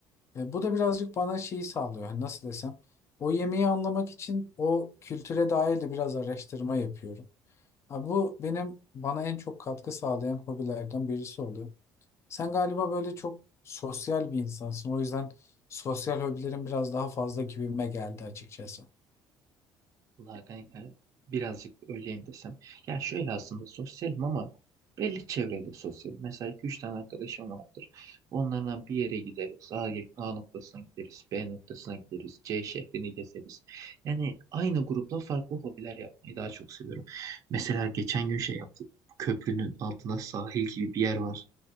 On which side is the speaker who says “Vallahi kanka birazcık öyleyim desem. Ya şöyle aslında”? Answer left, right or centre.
Right